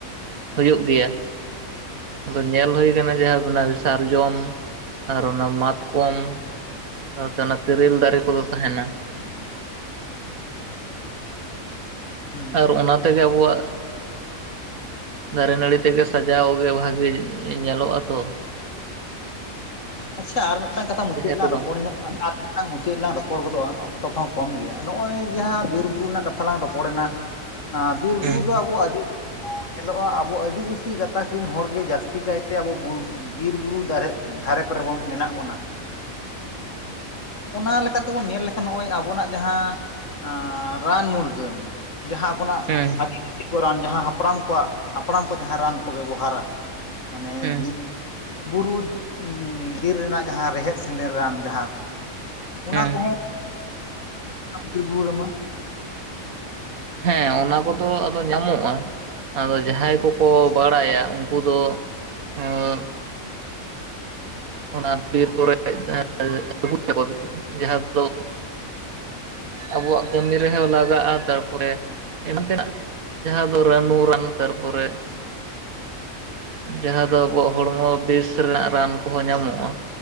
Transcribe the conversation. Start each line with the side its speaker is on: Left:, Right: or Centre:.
Right: ᱦᱩᱭᱩᱜ ᱜᱮᱭᱟ᱾ ᱟᱫᱚ ᱧᱮᱞ ᱦᱳᱭ ᱟᱠᱟᱱᱟ ᱡᱟᱦᱟᱸ ᱚᱱᱟ ᱥᱟᱨᱡᱚᱢ ᱟᱨ ᱚᱱᱟ ᱢᱟᱛᱠᱚᱢ ᱥᱟᱶᱛᱮ ᱚᱱᱟ ᱛᱮᱨᱮᱞ ᱫᱟᱨᱮ ᱠᱚᱫᱚ ᱛᱟᱦᱮᱱᱟ ᱾
Left: <unintelligible> ᱦᱩᱸ
Right: ᱟᱨ ᱚᱱᱟ ᱛᱮᱜᱮ ᱟᱵᱚᱣᱟᱜ ᱫᱟᱨᱮ ᱱᱟᱹᱲᱤ ᱛᱮᱜᱮ ᱥᱟᱡᱟᱣᱜ ᱜᱮ ᱵᱷᱟᱜᱤ ᱧᱮᱞᱚᱜ-ᱟ ᱛᱚ᱾ <inaudible>
Left: ᱟᱪᱪᱷᱟ ᱟᱨ ᱢᱮᱫᱴᱟᱝ ᱠᱟᱛᱷᱟ ᱢᱩᱪᱟᱹᱫ
Right: ᱡᱟᱦᱮᱨ
Left: ᱨᱮᱞᱟᱝ
Right: ᱠᱚᱫᱚ
Left: ᱨᱚᱯᱚᱲ ᱧᱚᱜ ᱟᱨ ᱢᱤᱫᱴᱟᱝ ᱢᱩᱪᱟᱹᱫ ᱨᱮᱞᱟᱝ ᱨᱚᱯᱚᱲ ᱜᱚᱫᱚᱜ-ᱟ ᱚᱠᱛᱚ ᱠᱚᱦᱚᱸ ᱠᱚᱢ ᱜᱮᱭᱟ ᱱᱚᱜ-ᱚᱭ ᱡᱟᱦᱟᱸ ᱵᱤᱨ-ᱵᱩᱨᱩ ᱨᱮᱱᱟᱜ ᱠᱟᱛᱷᱟ ᱞᱟᱝ ᱨᱚᱯᱚᱲᱮ ᱱᱟ᱾
Right: <inaudible>
Left: ᱦᱟᱸ ᱵᱤᱨ-ᱵᱩᱨᱩ
Right: ᱦᱩᱸ
Left: ᱫᱚ ᱟᱵᱚ ᱟᱹᱫᱤ <inaudible> ᱧᱮᱞᱚᱜ-ᱟ ᱟᱵᱚ ᱟᱹᱫᱤᱵᱟᱹᱥᱤ ᱜᱟᱛᱟᱠ ᱨᱮᱱ ᱦᱚᱲᱜᱮ ᱡᱟᱹᱥᱛᱤ ᱠᱟᱭᱛᱮ ᱟᱵᱚ ᱵᱳᱞ ᱵᱤᱨ-ᱵᱩᱨᱩ ᱫᱟᱨᱮ ᱫᱷᱟᱨᱮ ᱠᱚᱨᱮ ᱵᱚᱱ ᱢᱮᱱᱟᱜ ᱵᱚᱱᱟ᱾
Right: ᱦᱩᱸ᱾
Left: ᱚᱱᱟ ᱞᱮᱠᱟ ᱛᱮᱵᱚᱱ ᱧᱮᱞ ᱞᱮᱠᱷᱟᱱ ᱱᱚᱜ-ᱚᱭ ᱟᱵᱚᱱᱟᱜ ᱡᱟᱦᱟᱸ ᱟᱻ ᱨᱟᱱ ᱢᱩᱨᱜᱟᱹᱱ᱾ ᱡᱟᱦᱟᱸ ᱟᱵᱚᱱᱟᱜ᱾
Right: ᱦᱮᱸ,
Left: ᱟᱹᱫᱤᱵᱟᱹᱥᱤ ᱠᱚ ᱨᱟᱱ ᱡᱟᱦᱟᱸ ᱦᱟᱯᱲᱟᱢ ᱠᱚᱣᱟᱜ ᱦᱟᱯᱲᱟᱢ ᱠᱚ ᱡᱟᱦᱟᱸ ᱨᱟᱱ ᱠᱚ ᱵᱮᱵᱚᱦᱟᱨᱟ᱾ ᱢᱟᱱᱮ
Right: ᱦᱩᱸ
Left: ᱫᱤ ᱵᱩᱨᱩ ᱩᱸ ᱵᱤᱨ ᱨᱮᱱᱟᱜ ᱡᱟᱦᱟᱸ ᱨᱮᱦᱮᱫ ᱥᱮᱸᱫᱮᱨ ᱨᱟᱱ ᱡᱟᱦᱟᱸ᱾ ᱚᱱᱟ
Right: ᱦᱩᱸ
Left: ᱠᱚᱦᱚᱸ <unintelligible>
Right: ᱦᱮᱸ ᱚᱱᱟ ᱠᱚᱫᱚ ᱟᱫᱚ ᱧᱟᱢᱚᱜ-ᱟ᱾ ᱟᱫᱚ ᱡᱟᱦᱟᱸᱭ ᱠᱚᱠᱚ ᱵᱟᱲᱟᱭᱟ ᱩᱱᱠᱩ ᱫᱚ ᱦᱚ ᱚᱱᱟ ᱵᱤᱨ ᱠᱚᱨᱮ <unintelligible> ᱡᱟᱦᱟᱸ ᱫᱚ᱾ ᱟᱵᱚᱣᱟᱜ ᱠᱟᱹᱢᱤ ᱨᱮᱦᱚᱸ ᱞᱟᱜᱟᱜ-ᱟ, ᱛᱟᱨᱯᱚᱨᱮ ᱮᱢᱟᱱ ᱛᱮᱱᱟᱜ᱾ ᱡᱟᱦᱟᱸ ᱫᱚ ᱨᱟᱹᱱᱩ ᱨᱟᱱ ᱛᱟᱨᱯᱚᱨᱮ᱾ ᱡᱟᱦᱟᱸ ᱫᱚ ᱟᱵᱚᱣᱟᱜ ᱦᱚᱲᱢᱚ ᱵᱮᱥ ᱨᱮᱱᱟᱜ ᱨᱟᱱ ᱠᱚᱦᱚᱸ ᱧᱟᱢᱚᱜ-ᱟ᱾